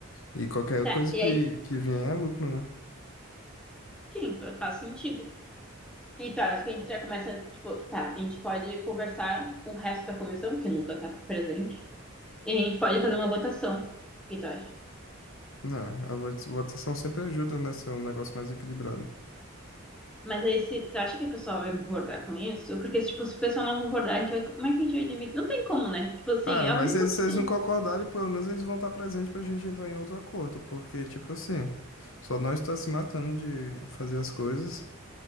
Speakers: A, on the left; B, in the centre.
A: E qualquer
B: Tá.
A: coisa
B: E
A: que,
B: aí,
A: que vier é lucro, né?
B: sim, faz sentido. E tu acha que a gente já começa, tipo, tá, a gente pode conversar com o resto da comissão, que nunca tá presente, e a gente pode fazer uma votação. O que tu acha?
A: Não, a vo- votação sempre ajuda, né? Ser um negócio mais equilibrado.
B: Mas aí, se, você acha que a pessoa vai concordar com isso? Porque, tipo, se o pessoal não concordar, a gente vai. Como é que a gente vai dividir? Não tem como, né? Tipo assim,
A: Ah,
B: é a
A: mas
B: única
A: se
B: opção.
A: se eles não concordarem, pelo menos eles vão estar presentes pra gente entrar em outro acordo, porque, tipo assim, só nós tá se matando de fazer as coisas.